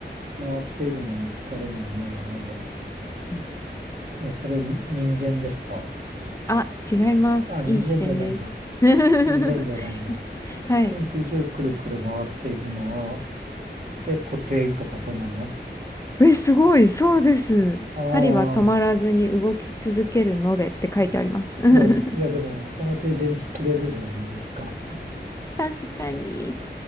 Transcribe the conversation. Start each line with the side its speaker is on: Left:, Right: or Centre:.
Right: っているのに疲れないのはなぜ
Left: うん
Right: え、それに人間ですか
Left: あ、違います。
Right: あ、人間じゃないんだ。
Left: いい視点です。<laughs>
Right: 人間じゃないんだ。
Left: いはい。
Right: 一日中くるくる回っているのは、え、時計とかそんなの
Left: え、すごい、そうです。
Right: ああ
Left: 針は止まらずに動き続けるのでって書いてあります。<laughs>
Right: いや、いやでもそのうち電池切れるじゃないですか。
Left: 確かに。